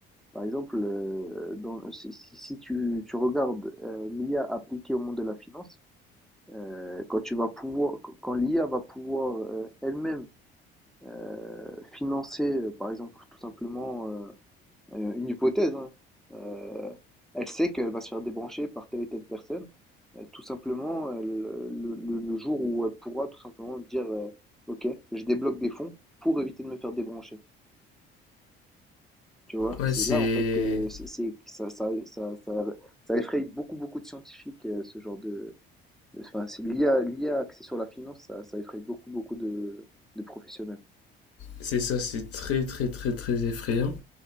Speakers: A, in the centre; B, on the left.
A: Par exemple, euh, dans- si, si- si tu, tu regardes euh, l'IA appliquée au monde de la finance, euh, quand tu vas pouvoir, quand l'IA va pouvoir euh, elle-même euh, financer, euh, par exemple, tout simplement euh, une hypothèse, hein, euh, elle sait qu'elle va se faire débrancher par telle et telle personne. Euh, tout simplement, elle, euh, le, le- le jour où elle pourra tout simplement dire, euh, OK, je débloque des fonds pour éviter de me faire débrancher. Tu vois,
B: Ouais,
A: c'est
B: c'est
A: là en fait que c'est, c'est- ça, ça, ça, ça, ça effraie beaucoup, beaucoup de scientifiques, euh, ce genre de, Enfin, c'est- l'IA, a l'I A axée sur la finance, ça, ça effraie beaucoup, beaucoup de, de professionnels.
B: c'est ça, c'est très très très très effrayant.